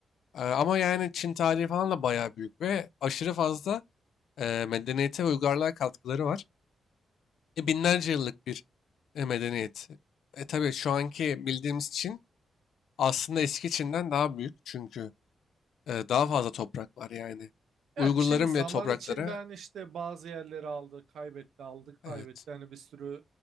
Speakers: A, on the left; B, on the right.
A: Ee, ama yani Çin tarihi falan da bayağı büyük ve aşırı fazla e, medeniyete ve uygarlığa katkıları var. E, binlerce yıllık bir e, medeniyet. E, tabii şu anki bildiğimiz Çin aslında eski Çin'den daha büyük çünkü e, daha fazla toprak var yani. Uygurların
B: Ya Çin zaman
A: bile toprakları
B: içinde hani işte bazı yerleri aldı, kaybetti, aldı, kaybetti.
A: evet.
B: Hani bir sürü